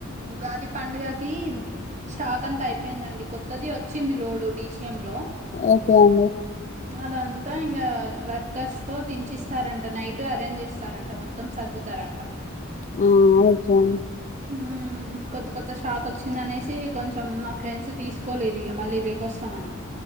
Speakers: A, on the right (about 35°); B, on the left (about 35°).
A: ఉగాది పండు గకి స్టాక్ అంతా అయిపోయింది అండి కొత్తది వచ్చింది లోడ్ డిసఎం లో
B: ఓకే అండి
A: అదంతా ఇంకా వర్కర్స్ తో దించిస్తారంట నైట్ అరేంజ్ చేస్తారంట మొత్తం సదు ఇస్తారంట
B: ఆ ఓకే <inaudible>
A: మ్మ్ కొత్త కొత్త స్టాక్ వచ్చింది అనేసి కొంచెం మా ఫ్రెండ్స్ తీసుకోలేదు ఇగా మళ్ళీ రేపొస్తామని